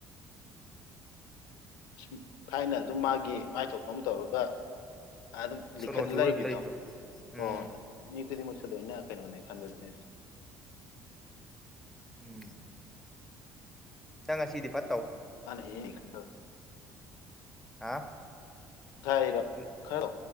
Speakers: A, on the left; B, in the centre.
A: ꯍꯝ ꯐꯥꯏꯅꯦꯜ <inaudible> ꯑꯗꯨꯝ ꯃꯥꯒꯤ ꯃꯥꯏꯊꯣꯛꯄꯝ ꯇꯧꯔꯒ ꯑꯗꯨꯝ ꯂꯤꯈꯠꯂ
B: ꯁꯣꯅꯣ ꯆꯨꯔ
A: ꯂꯩꯕꯤꯗꯣ
B: ꯑꯗꯨꯝ ꯂꯩꯕꯗꯣ ꯎꯝ
A: ꯍꯣꯍꯣꯏ ꯃꯤ ꯈꯨꯗꯤꯡꯃꯛꯁꯨ ꯂꯣꯏꯅ ꯀꯩꯅꯣꯅꯦ ꯈꯟꯕꯗꯨꯅꯦꯗ
B: ꯎꯝ ꯃꯥ ꯑꯁꯤꯗꯤ ꯐ
A: ꯃꯅꯥ ꯏꯍꯩ ꯍꯩꯅ ꯗꯕꯁꯦ
B: ꯍꯥ
A: ꯈꯔ
B: ꯍꯝ
A: ꯈꯔ